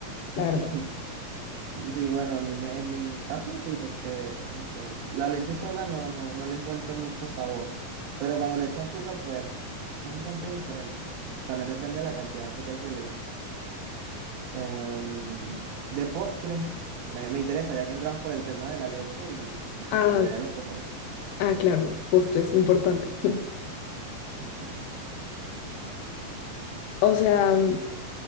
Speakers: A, on the left (about 75°); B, on the right (about 85°).
A: la
B: <laughs>
A: verdad.
B: Sí, bueno, a mí me- en mi caso sí, porque, no sé, la leche sola no, no, no le encuentro mucho sabor, pero cuando le echo azúcar, pues es bastante diferente. También depende de la cantidad de azúcar que le echo. Em, de postres, me, me interesa, ya que entramos por el tema de la leche y
A: Ah,
B: la mayoría de los postres.
A: ah, claro, postres, importante. <laughs>
B: <laughs>
A: O sea, mm,